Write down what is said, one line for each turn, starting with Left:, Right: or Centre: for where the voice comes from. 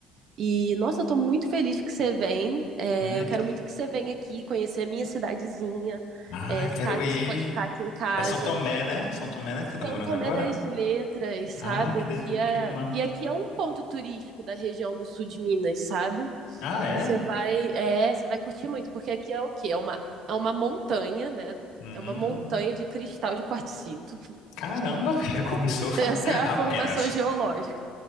Right: E, nossa, eu tô muito feliz que você vem. É,
Left: Ai,
Right: eu quero
Left: que-
Right: muito que você venha aqui conhecer a minha cidadezinha.
Left: ai,
Right: É, ficar
Left: quero
Right: aqui,
Left: ir.
Right: você pode ficar aqui em casa.
Left: É São Tomé, né? São Tomé, né? Que você tá
Right: São
Left: morando
Right: Tomé
Left: agora?
Right: das Letras, sabe?
Left: Ah, que
Right: Aqui
Left: delícia.
Right: é...
Left: Que ma...
Right: E aqui é um ponto turístico da região do sul de Minas, sabe?
Left: Ah, é?
Right: Você vai, é, você vai curtir muito, porque aqui é o quê? É uma, é uma montanha, né?
Left: Hum,
Right: É uma montanha de cristal de quartzito.
Left: caramba, já começou.
Right: <laughs> Essa
Left: <laughs>
Right: é a
Left: Apenas.
Right: formação geológica.